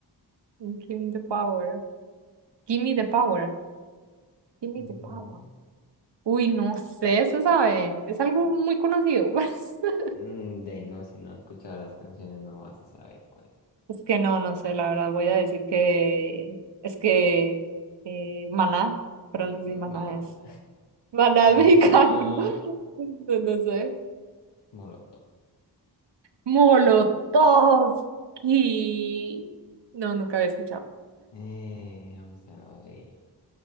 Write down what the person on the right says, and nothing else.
Give me the power. Give me the power. Give me
the power. Uy, no sé, se sabe. Es algo muy conocido. <laughs>
Es que no, no sé, la verdad voy a decir que es que eh, Maná, pero no sé
si Maná es. Maná
es mexicano, <laughs> no, no sé.
Molotovsky. No, nunca había escuchado.